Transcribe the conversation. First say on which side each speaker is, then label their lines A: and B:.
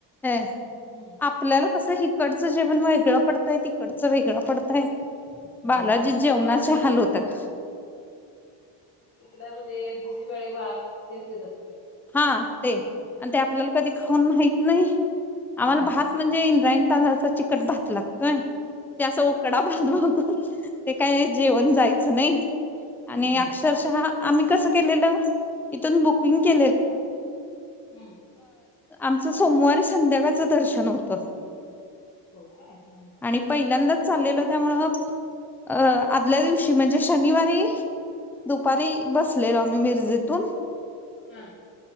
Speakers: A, in the centre; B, on the left.
A: हो
B: हम्म
A: आपल्याला कसं इकडचं जेवण वेगळं पडतंय तिकडचं वेगळं पडतंय
B: होय
A: बालाजी
B: हो
A: जेवणाचे
B: तो मात्र फरक
A: हाल
B: आहे
A: होतात
B: तिकडं ते बिसी वळे भात तेच देतात तुकडे
A: हा ते आणि ते आपल्याला कधी खाऊन माहित नाही आम्हाला
B: हम्म
A: भात म्हणजे इंद्रायणी तांदळाचा चिकट भात लागतोय ते असं उकडं बनवतो ते काय जेवण जायचं नाही आणि
B: हम्म
A: अक्षरशः आम्ही कसं केलेलं इथून बुकिंग के
B: हम्म
A: आम समज संध्याकाळचं दर्शन होतं
B: हो काय हा
A: आणि पहिल्यांदाच चाललेल त्यामुळे अ आदल्या दिवशी म्हणजे शनिवारी दुपारी बसलेलो म् मिर्जेतून
B: हा.